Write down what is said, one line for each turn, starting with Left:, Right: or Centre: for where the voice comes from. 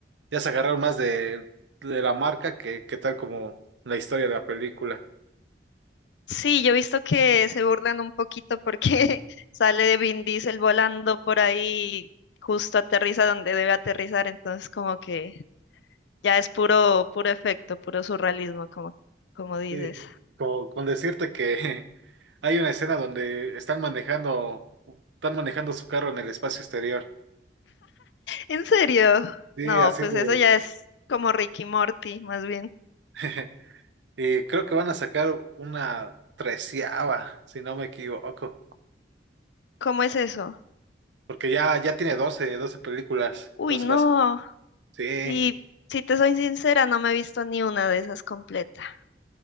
Right: ya se agarraron más de, de la marca que, que tal como la historia de la película.
Left: Sí, yo he visto que se burlan un poquito porque <laughs> sale de Vin Diesel volando por ahí, justo aterriza donde debe aterrizar, entonces como que ya es puro, puro efecto, puro surrealismo, como, como dices.
Right: Sí. Como con decirte que <laughs> hay una escena donde están manejando, están manejando su carro en el espacio exterior.
Left: ¿En serio?
Right: Sí,
Left: No,
Right: así
Left: pues
Right: de.
Left: eso ya es como Ricky Morty, más bien.
Right: <laughs> Y creo que van a sacar una treceava, si no me equivoco.
Left: ¿Cómo es eso?
Right: Porque ya, ya tiene doce doce películas.
Left: Uy,
Right: Entonces
Left: no.
Right: vas. Sí.
Left: Y si te soy sincera, no me he visto ni una de esas completa.